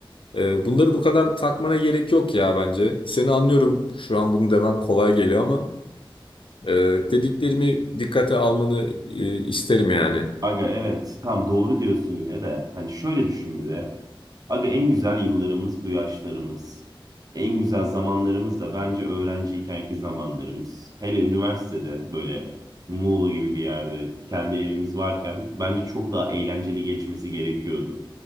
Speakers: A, on the left; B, on the right.
A: Ee, bunları bu kadar takmana gerek yok ya bence. Seni anlıyorum. Şu an bunu demem kolay geliyor ama e, dediklerimi dikkate almanı e, isterim yani.
B: Aga evet tam doğru diyorsun yine de. Hani şöyle düşün bir de. Aga en güzel yıllarımız bu yaşlarımız. En güzel zamanlarımız da bence öğrenciykenki zamanlarımız. Hele üniversitede böyle Muğla gibi bir yerde kendi evimiz varken bence çok daha eğlenceli geçmesi gerekiyordu.